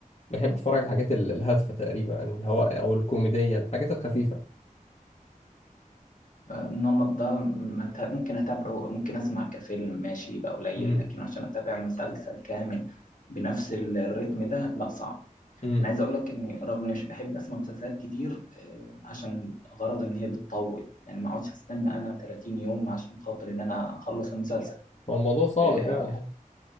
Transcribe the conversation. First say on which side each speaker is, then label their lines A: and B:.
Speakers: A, on the left (about 50°); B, on the left (about 65°).
A: بحب اتفرج على الحاجات ال- الهادفه تقريبا اللي هو او الكوميديه الحاجات الخفيفه
B: آه، النمط ده ما ت- ممكن اتابعه ممكن اسمع كفيلم ماشي يبقى قليل
A: امم
B: لكن عشان اتابع مسلسل كامل بنفس الريتم ده لا صعب
A: امم
B: انا عايز اقول لك اني رغم اني مش بحب اسمع مسلسلات كتير آه، عشان غرض ان هي بتطول يعني ما اقعدش استنى انا 30 يوم عشان خاطر ان انا اخلص المسلسل
A: ما الموضوع صعب
B: آه،
A: فعلا